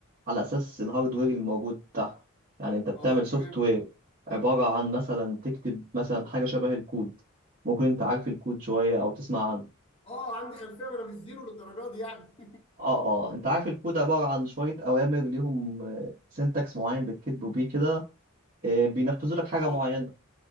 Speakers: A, on the right; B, on the left.
A: على أساس الهاردوير اللي موجود تحته يعني أنت بتعمل
B: اه
A: سوفت
B: تمام
A: وير عبارة عن مثلا تكتب مثلا حاجة شبه الكود ممكن أنت عارف الكود شوية أو تسمع عنه
B: اه عندي خلفيه ما انا مش زيرو للدرجه دي يعني
A: اه اه انت عارف الكود عبارة عن شوية أوامر ليهم سينتاكس معين بتكتبوا بيه كده آه، بينفذوا لك حاجة
B: <laughs> اه
A: معينة